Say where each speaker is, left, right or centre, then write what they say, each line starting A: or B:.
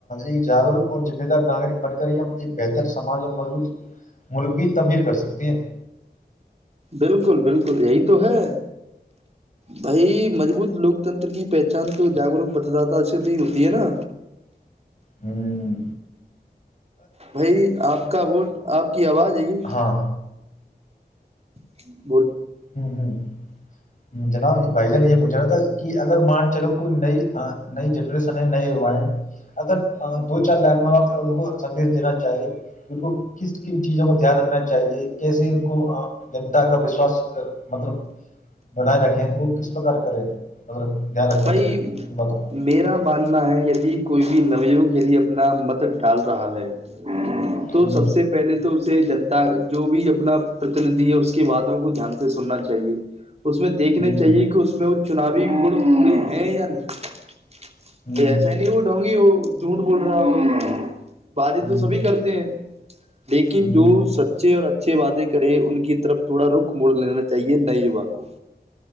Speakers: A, on the left; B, on the right.
A: ایک جاگروک اور ذمے دار ناگرک بن کر ہی ہم ایک بہتر سماج اور مضبوط ملک کی تحیر کر سکتے ہیں
B: بالکل بالکل یہی تو ہے بائی مضبوت لوکتنر کی پہچان تو جاگروک متدادہ سے بھی ہوتی ہے نا
A: ہوں
B: بھائی آپ کا ووٹ آپ کی آواز ہے یہ
A: ہاں
B: ہوں
A: ہوں ہوں ہ جناب بھائی جان یہ پوچھ رہا تھا کہ اگر مان چلو کوئی نئی نئی جنریشن ہے نئے یوا ہیں اگر دو چار لائن میں ان کو سدیش دینا چاہے کہ ان کو کس کن چیزوں کا دھیان رکھنا چاہیے کیسے ان کو جنتا کا وشواس مطلب بنائے رکھے وہ کس پرکار کرے مطلب دھیان رکھنا
B: بھائی
A: چاہیے کن کن باتوں کا
B: میرا ماننا ہے ید کوئی بھی نو وگ یہی اپنا متلد ال رہا ہے تو
A: ہ
B: سب سے پہلے تو اسے جن جو بھی اپنا پرتندھی ہے اس کی باتوں کو دھیان سے سننا چاہیے اس میں دیکھنے
A: ہ
B: چاہیے کہ اس میں وہ چناوی ب <unintelligible> یہ ل <unintelligible>
A: ہ
B: ایسا ہی نہیں وہ ڈھونگی وہ جھ بول <unintelligible> باتیں
A: ہ
B: تو سبھی کرتے ہیں لیکن
A: ہ
B: جو
A: ہ
B: سچے اور اچھے وعدے کرے ان کی طرف تھوڑا رخ موڑ لینا چاہیے نئے ووا کو